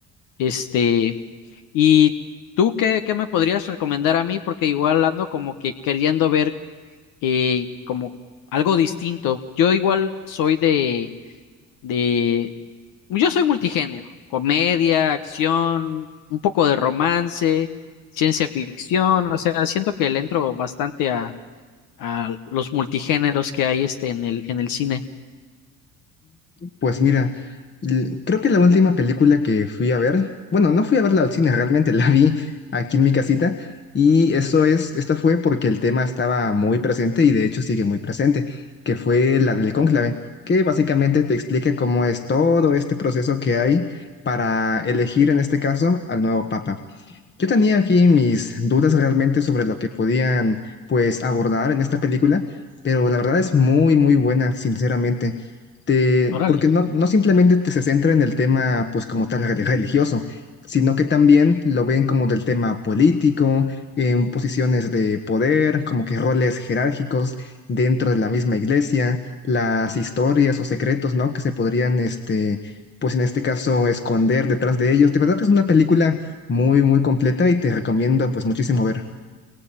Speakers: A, on the left; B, on the left.
A: Este. ¿Y tú qué, qué me podrías recomendar a mí? Porque igual ando como que queriendo ver eh, como algo distinto. Yo igual soy de, de, yo soy multigénero, comedia, acción, un poco de romance, ciencia ficción, o sea, siento que le entro bastante a, a los multigéneros que hay este en el, en el cine.
B: Pues mira, l- creo que la última película que fui a ver, bueno, no fui a verla al cine, realmente <laughs> la vi aquí en mi casita y eso es, esto fue porque el tema estaba muy presente y de hecho sigue muy presente, que fue la del cónclave, que básicamente te explica cómo es todo este proceso que hay para elegir en este caso al nuevo papa. Yo tenía aquí mis dudas realmente sobre lo que podían, pues, abordar en esta película, pero la verdad es muy, muy buena, sinceramente. Te-
A: Órale.
B: porque no, no simplemente te se centra en el tema, pues, como tal relig- religioso, sino que también lo ven como del tema político, en posiciones de poder, como que roles jerárquicos dentro de la misma iglesia, las historias o secretos, ¿no? Que se podrían, este... pues en este caso, esconder detrás de ellos. De verdad es una película muy, muy completa y te recomiendo pues muchísimo ver.